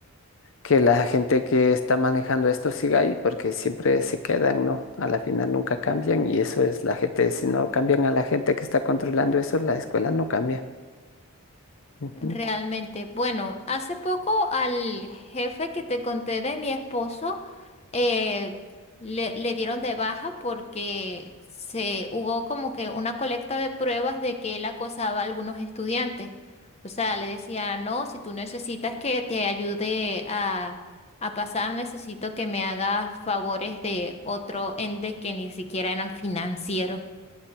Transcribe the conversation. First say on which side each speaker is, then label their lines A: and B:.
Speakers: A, on the left; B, on the left.
A: que la gente que está manejando esto siga ahí, porque siempre se quedan, ¿no? A la final nunca cambian y eso es la gente, si no cambian a la gente que está controlando eso, la escuela no cambia. Ujú.
B: Realmente, bueno, hace poco al jefe que te conté de mi esposo eh, le, le dieron de baja porque se hubo como que una colecta de pruebas de que él acosaba a algunos estudiantes. O sea, le decía, no, si tú necesitas que te ayude a, a pasar, necesito que me hagas favores de otro ente que ni siquiera eran financieros.